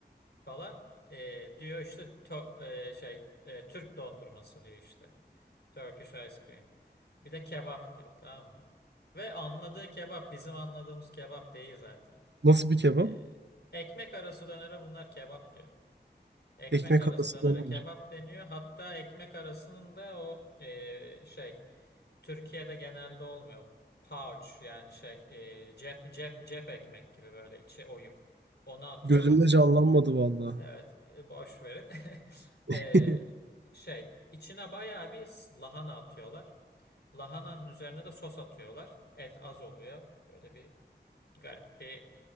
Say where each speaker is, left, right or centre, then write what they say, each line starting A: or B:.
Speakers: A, on the left; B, on the right.
A: falan e, diyor işte to- e, şey e, Türk dondurması diyor işte. Turkish ice cream. Bir de kebap diyor tamam mı? Ve anladığı kebap bizim anladığımız kebap değil zaten.
B: Nasıl bir kebap?
A: E, ekmek arası dönere bunlar kebap diyor. Ekmek
B: Ekmek
A: arası
B: arası
A: dönere
B: döner.
A: kebap deniyor. Hatta ekmek arasının da o e, şey Türkiye'de genelde olmuyor. Pouch yani şey e, cep cep cep ekmek gibi böyle içi oyuk. Onu atıyorlar.
B: Gözümde canlanmadı vallahi.
A: Evet e, boş verin. <laughs> E,
B: <laughs>
A: şey içine bayağı bir s- lahana atıyorlar. Lahananın üzerine de sos atıyorlar. Et az oluyor. Böyle bir garip bir